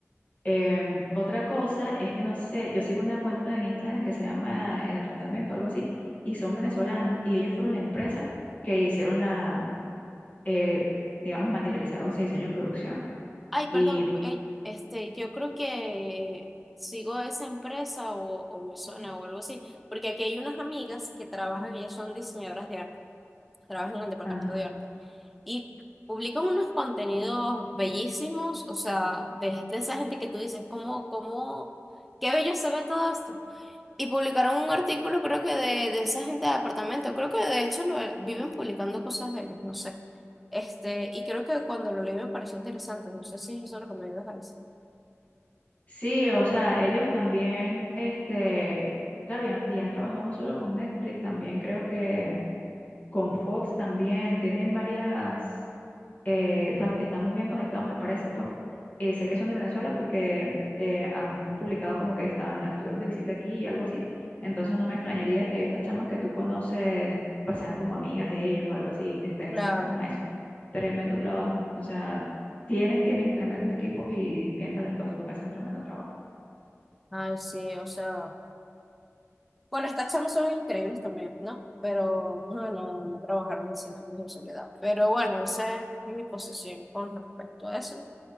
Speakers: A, on the left; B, in the centre.
A: Eh, otra cosa es que no sé, yo sigo una cuenta en Instagram que se llama El Apartamento, algo así, y son venezolanos, y ellos fueron la empresa que hicieron la, eh, digamos, materializaron ese diseño de producción.
B: Ay,
A: Y,
B: perdón, eh, este, yo creo que sigo esa empresa o, o me suena o algo así, porque aquí hay unas amigas que trabajan, ellas son diseñadoras de arte, trabajan en el departamento
A: ajá.
B: de arte y publican unos contenidos bellísimos, o sea, de, de esa gente que tú dices, ¿cómo, cómo, qué bello se ve todo esto? Y publicaron un artículo, creo que de, de esa gente de apartamento. Creo que de hecho lo, viven publicando cosas de ellos, no sé. Este, y creo que cuando lo leí me pareció interesante. No sé si eso es lo que me parece.
A: Sí, o sea, ellos también, este, claro, y han, y han trabajado no solo con Netflix, también creo que con Fox también, tienen varias eh, o sea, están muy bien conectados, me parece, pues. Eh, sé que son de Venezuela porque eh, han publicado como que están, estuvieron de visita aquí y algo así. Entonces no me extrañaría que estas chamas que tú conoces pues sean como amigas de ellos o algo así y te estén
B: Claro.
A: cercanas a eso. Tremendo trabajo. O sea, tienen, tienen tremendos equipos y bien talentosos porque hacen tremendo trabajo.
B: Ay, sí, o sea. Bueno, estas charlas son increíbles también, ¿no? Pero bueno, no trabajaron en 100 años en soledad. Pero bueno, esa es mi posición con respecto a eso.